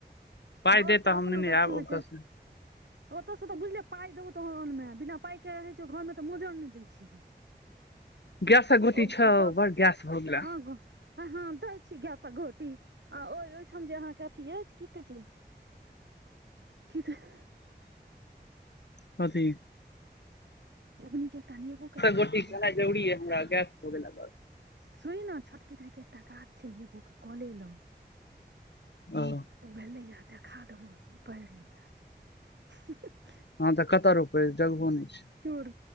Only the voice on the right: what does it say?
दस
टा
अपना
गाछीमे
छै
ओतयसँ तऽ बुझलिय पाइ देबौ तहन अन्बे बिना पाइ कह रहै छौ घरमे तऽ मोजर नहि दै छी ही
ओ
कोन
हँ आ ह दै छी गाय के गोटी आ ओ ओहिठाम जे अहाँके अथी अछि की कहै छै कि कह
अग्नी क एकटा नेबोक गाछ
छै रौ
चुपेचाप
देखा
देबू
सुुनि ना छोटकी दाइके एकटा गाछ छै नेबू के काॅले लग
ओ भेलैए देखा देबौ पढ़ि लियाह
चोर